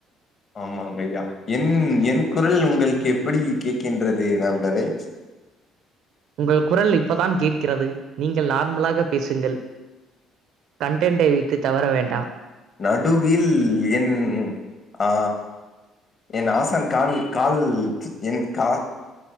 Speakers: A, on the left; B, on the right.
A: ஆமாங்கையா என் என் குரல் உங்களுக்கு எப்படி கேட்கின்றது நண்பரே
B: உங்கள் குரல் இப்பதான் கேட்கிறது நீங்கள் நார்மலாக பேசுங்கள் கன்டன்ட்டை வைத்து தவற வேண்டாம்
A: நடுவில் என் ஆ என் ஆசான் கான் கால் என் கா